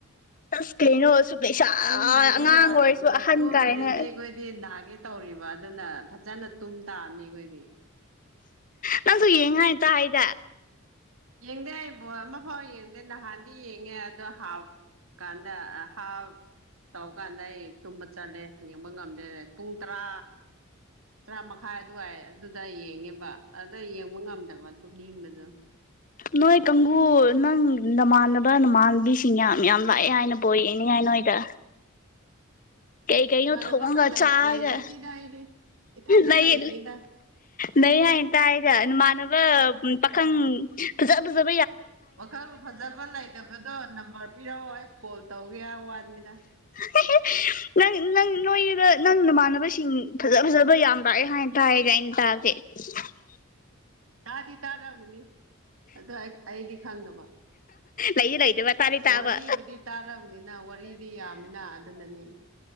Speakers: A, on the left (about 40°); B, on the right (about 75°).
A: ꯑꯁ ꯀꯩꯅꯣ ꯑꯁꯨꯛ ꯂꯩꯁꯥ
B: ꯇꯨꯝꯗ꯭ꯔꯗꯤ
A: ꯑꯉꯥꯡ
B: ꯌꯥꯗꯕꯗꯣ
A: ꯑꯣꯏꯔꯁꯨ ꯑꯍꯟ
B: ꯇꯨꯝꯗ꯭ꯔꯗꯤ
A: ꯀꯥꯏꯅ
B: ꯑꯩꯈꯣꯏꯗꯤ ꯅꯥꯒꯦ ꯇꯧꯔꯤꯕ ꯑꯗꯨꯅ ꯐꯖꯅ ꯇꯨꯝ ꯇꯥꯑꯝꯅꯤ ꯑꯩꯈꯣꯏꯗꯤ
A: ꯅꯪꯁꯨ ꯌꯦꯡꯉꯇ ꯍꯥꯏꯗ
B: ꯌꯦꯡꯗꯦ ꯑꯩ ꯕꯣ ꯑꯃ ꯐꯥꯎ ꯌꯦꯡꯗꯦ ꯅꯍꯥꯟꯗꯤ ꯌꯦꯡꯉꯦ ꯑꯗꯣ ꯍꯥꯎ ꯀꯥꯟꯗ ꯍꯥꯥꯎ ꯇꯧꯀꯥꯟꯗ ꯑꯩ ꯇꯨꯝꯕ ꯆꯠꯂꯦ ꯌꯦꯡꯕ ꯉꯝꯗꯦ ꯄꯨꯡ ꯇꯔꯥ ꯇꯔꯥ ꯃꯈꯥꯏ ꯑꯗꯨꯋꯥꯏ ꯑꯗꯨꯗ ꯌꯦꯡꯉꯦꯕ ꯑꯗꯨꯗ ꯌꯦꯡꯕ ꯉꯝꯗꯕ ꯀꯡꯂꯗ
A: ꯅꯣꯏ ꯀꯥꯡꯒꯨ ꯅꯪ ꯅꯃꯥꯟꯅꯕ ꯅꯃꯥꯟꯕꯤꯁꯤꯡ ꯌꯥꯝ ꯌꯥꯝ ꯂꯥꯛꯑꯦ ꯍꯥꯏꯅ ꯄꯣꯛꯛꯦꯅꯦ ꯍꯥꯏꯅ ꯃꯣꯏꯗ ꯀꯩ ꯀꯩ
B: ꯏꯃꯥꯟꯅꯕꯒ
A: ꯑꯣ ꯊꯣꯡꯒ
B: ꯂꯩ
A: ꯆꯥꯒ
B: ꯂꯩꯖꯗꯦꯗ ꯑꯩꯗꯤ ꯏꯊꯟꯗ
A: ꯅ
B: ꯂꯩꯕꯅꯤꯅ
A: ꯏ ꯅ ꯍꯥꯏꯅ ꯇꯥꯏꯔꯃꯅ ꯄꯥꯈꯪ ꯐꯖꯥ ꯐꯖꯥ
B: ꯋꯥꯈꯜ ꯐꯖꯕ ꯂꯩꯇꯕꯗꯣ ꯅꯝꯕꯔ ꯄꯤꯔꯛꯑꯣ ꯑꯩ ꯀꯣꯜ ꯇꯧꯒꯦ ꯋꯥꯅꯤꯗ
A: ꯍꯂꯣ ꯅꯪ ꯅꯪ ꯅꯣꯏꯗ ꯅꯪ ꯅꯃꯥꯟꯅꯕꯁꯤꯡ ꯐꯖ ꯐꯖꯕ ꯌꯥꯝ ꯂꯥꯛꯑꯦ ꯍꯥꯏꯅ ꯇꯥꯏꯔꯒ ꯑꯩꯅ ꯇꯥꯔꯒꯦ <unintelligible>
B: ꯇꯥꯗꯤ ꯇꯥꯗꯕꯨꯅꯤ ꯑꯣ ꯑꯩꯗꯤ ꯈꯪꯗꯕ
A: ꯂꯩꯗꯤ ꯂꯩꯇꯕ ꯇꯥꯗꯤ ꯇꯥꯕ
B: ꯋꯥꯔꯤꯕꯨꯗꯤ ꯇꯥꯔꯕꯅꯤꯅ ꯋꯥꯔꯤꯗꯤ ꯌꯥꯝꯅ ꯑꯗꯨꯅꯅꯤ